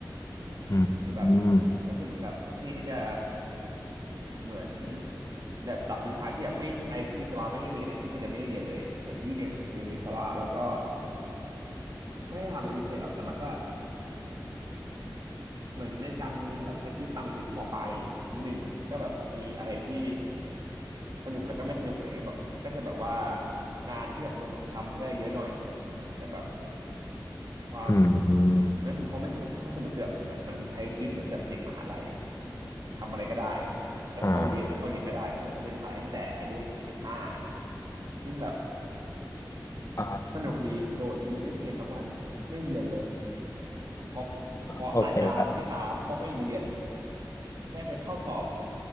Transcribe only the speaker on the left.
อืมอืม
อืมอืม
อ่าครับ
อ่า
โอเคครับ